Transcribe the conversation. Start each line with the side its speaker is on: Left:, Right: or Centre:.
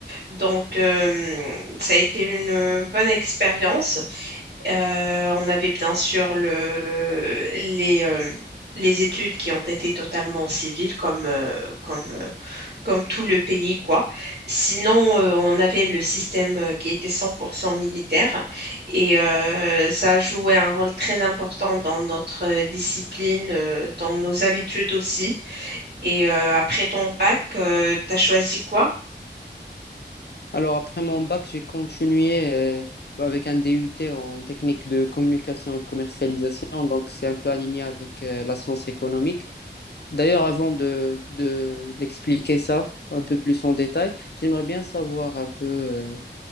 Right: Donc euh, ça a été une euh, bonne expérience. Euh, on avait bien sûr le, les, euh, les études qui ont été totalement civiles, comme, euh, comme, euh, comme tout le pays, quoi. Sinon, euh, on avait le système euh, qui était 100% militaire et euh, ça jouait un rôle très important dans notre euh, discipline, euh, dans nos habitudes aussi. Et euh, après ton bac, tu as choisi quoi?
Left: Alors, après mon bac, j'ai continué euh, avec un DUT en technique de communication et commercialisation. Donc, c'est un peu aligné avec euh, la science économique. D'ailleurs, avant de, de- d'expliquer ça un peu plus en détail, j'aimerais bien savoir un peu euh,